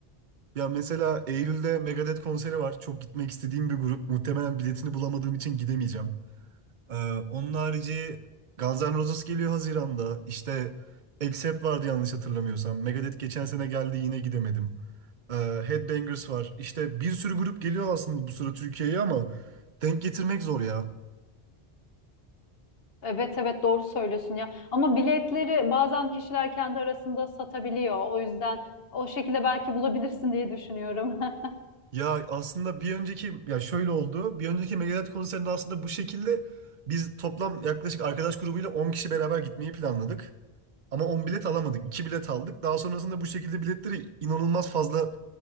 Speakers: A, on the right; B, on the left.
A: Ya mesela Eylül'de Megadeth konseri var. Çok gitmek istediğim bir grup. Muhtemelen biletini bulamadığım için gidemeyeceğim. Ee, onun harici Guns N' Roses geliyor Haziran'da. İşte Accept vardı yanlış hatırlamıyorsam. Megadeth geçen sene geldi yine gidemedim. Ee, Headbangers var. İşte bir sürü grup geliyor aslında bu sıra Türkiye'ye ama denk getirmek zor ya.
B: Evet evet doğru söylüyorsun ya. Ama biletleri bazen kişiler kendi arasında satabiliyor. O yüzden o şekilde belki bulabilirsin diye düşünüyorum. <laughs>
A: Ya aslında bir önceki ya şöyle oldu. Bir önceki Megadeth konserinde aslında bu şekilde biz toplam yaklaşık arkadaş grubuyla 10 kişi beraber gitmeyi planladık. Ama 10 bilet alamadık. iki bilet aldık. Daha sonrasında bu şekilde biletleri inanılmaz fazla